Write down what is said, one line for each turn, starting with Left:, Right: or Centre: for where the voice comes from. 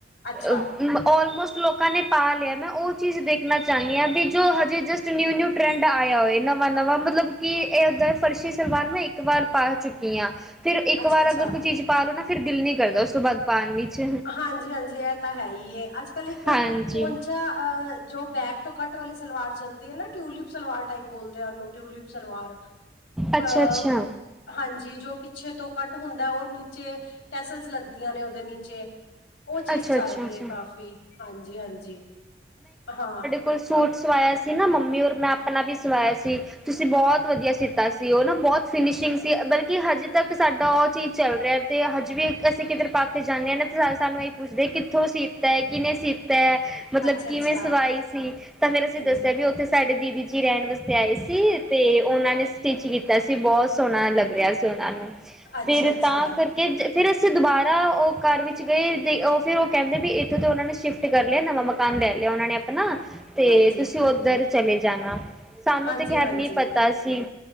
Left: ਅੱਛਾ,
Centre: ਅਹ <inaudible> ਆਲ ਮੋਸਟ ਲੋਕਾਂ ਨੇ ਪਾ ਲਿਆ, ਮੈਂ ਉਹ ਚੀਜ਼ ਦੇਖਣਾ ਚਾਂਦੀ ਹਾਂ ਵੀ, ਜੋ ਹਜੇ ਜਸਟ ਨਿਊ ਨਿਊ ਟਰੈਂਡ ਆਯਾ ਵੈ ਨਵਾਂ ਨਵਾਂ ਮਤਲਬ ਕਿ ਇਹ ਏਹੱਦਾਂ ਫਰਸ਼ੀ ਸਲਵਾਰ ਨਾ ਇੱਕ ਇਕ ਵਾਰ ਪਾ ਚੁੱਕੀ ਆ ਫਿਰ ਇੱਕ
Left: ਅੱਛਾ-ਅੱਛਾ।
Centre: ਵਾਰ ਅਗਰ ਕੋਈ ਚੀਜ਼ ਪਾ ਲੋ ਨਾ ਫਿਰ ਦਿਲ ਨੀ ਕਰਦਾ ਉਸ ਤੋਂ ਬਾਅਦ ਪਾਨ ਵਿੱਚ।
Left: ਹਾਂਜੀ ਹਾਂਜੀ ਇਹ ਤਾਂ ਹੈ ਇ ਐ ਅੱਜ ਕੱਲ ਇੱਕ
Centre: ਹਾਂਜੀ
Left: ਪੋਂਚਾ ਅ ਜੋ ਬੈਕ ਤੋਂ ਕੱਟ ਵਾਲੀ ਸਲਵਾਰ ਚੱਲਦੀ ਏ ਨਾ ਟਿਊਲੀਪ। ਸਲਵਾਰ ਟਾਈਪ ਬੋਲਦੇ ਆ ਓਨੂੰ ਟਿਊਲਿਪ ਸਲਵਾਰ ਅਹ
Centre: ਅੱਛਾ ਅੱਛਾ
Left: ਹਾਂਜੀ ਜੋ ਪਿੱਛੇ ਤੋਂ ਕੱਟ ਹੁੰਦਾ ਏ ਨੀਚੇ ਟੈਸਲਸ ਲੱਗਦੇ। ਆਂ ਨੇ ਓਹਦੇ ਨੀਚੇ। ਉਹ, ਚੀਜ਼
Centre: ਅੱਛਾ
Left: ਚੱਲ
Centre: ਅੱਛਾ
Left: ਰਹੀ
Centre: ਅੱਛਾ
Left: ਹੈ ਕਾਫ਼ੀ, ਹਾਂਜੀ ਹਾਂਜੀ ਹਾਂ
Centre: ਕੋਈ, ਸੂਟ ਸਵਾਇਆ ਸੀ ਨਾ ਮੰਮੀ ਔਰ ਮੈਂ ਆਪਣਾ ਵੀ, ਸਵਾਇਆ ਸੀ। ਤੁਸੀਂ, ਬਹੁਤ ਵਧੀਆ ਸੀਤਾ ਸੀ। ਉਹ ਨਾ ਬਹੁਤ ਫਿਨਿਸ਼ਿੰਗ ਸੀ ਬਲਕਿ, ਹਜੇ ਤੱਕ ਸਾਡਾ ਉਹ ਚੀਜ਼ ਚੱਲ ਰਿਹਾ ਅਤੇ ਹਜੇ ਵੀ, ਅਸੀਂ ਕਿਧਰੇ ਪਾ ਕੇ ਜਾਂਦੇ ਹਾਂ, ਨਾ ਤਾਂ ਸਾਨੂੰ, ਇਹ ਪੁਛਦੇ ਕਿੱਥੋਂ ਸੀਤਾ, ਕਿਨੇ ਸੀਤਾ? ਮਤਲਬ
Left: ਅੱਛਾ-ਅੱਛਾ
Centre: ਕਿਵੇਂ, ਸਵਾਈ ਸੀ ਤਾਂ ਫੇਰ ਅਸੀਂ
Left: ਹਾਂਜੀ
Centre: ਦੱਸਿਆ, ਵੀ ਉੱਥੇ ਸਾਡੇ ਦੀਦੀ, ਜੀ ਰੈਣ ਵਾਸਤੇ ਆਏ ਸੀ। ਤੇ ਉਹਨਾਂ ਨੇ, ਸਟਿਚ ਕੀਤਾ ਸੀ ਬਹੁਤ ਸੋਣਾ ਲੱਗ ਰਿਹਾ ਸੀ, ਉਹਨਾਂ ਨੂੰ
Left: ਅੱਛਾ-ਅੱਛਾ
Centre: ਫਿਰ ਤਾਂ ਕਰ ਕਿ, ਫਿਰ ਅਸੀਂ ਦੁਬਾਰਾ ਉਹ ਘਰ ਵਿੱਚ ਗਏ ਤੇ ਉਹ ਫੇਿਰ ਉਹ ਕਹਿੰਦੇ, ਵੀ ਇੱਥੋਂ ਤੇ ਉਨਾਂ ਨੇ ਸ਼ਿਫਟ ਕਰ ਲਿਆ, ਨਵਾਂ ਮਕਾਨ ਲੈ ਲਿਆ ਆਪਣਾ ਤੇ
Left: ਹਾਂਜੀ,
Centre: ਤੁਸੀਂ, ਓਦਰ ਚਲੇ ਜਾਣਾ ਸਾਨੂੰ
Left: ਹਾਂਜੀ-ਹਾਂਜੀ।
Centre: ਤੇ ਖੈਰ, ਨਹੀਂ ਪਤਾ ਸੀ।